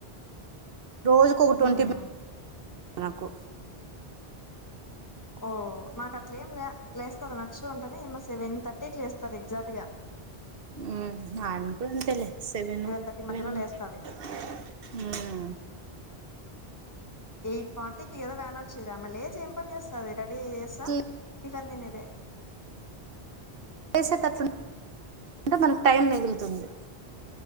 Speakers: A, on the right; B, on the left.
A: రోజుకు ఒక ట్వంటీ
B: ఉమ్
A: మినిట్స్ నాకు
B: ఓ మాకు అట్లే ఏం లే లేస్త నక్ష అంటేనే ఏమ సెవెన్ థర్టీకి లేస్తది ఎగ్జాక్ట్ గా
A: హ్మ్ ఆయన కూడా అంతేలే సెవెన్
B: థర్టీ
A: సెవెన్
B: మధ్యలో
A: థర్టీ
B: లేస్తది
A: ఉమ్మ్
B: ఎయిట్ ఫార్టీకిి కదా వ్యాన్ వచ్చేది అమ్ లేచ ఏం పని చేస్తాంది రెడీ చేసేస్తా
A: అట్లా
B: టిఫెన్ తినేదే
A: చేసేటట్లుంటే మనకు టైం మిగులుతుంది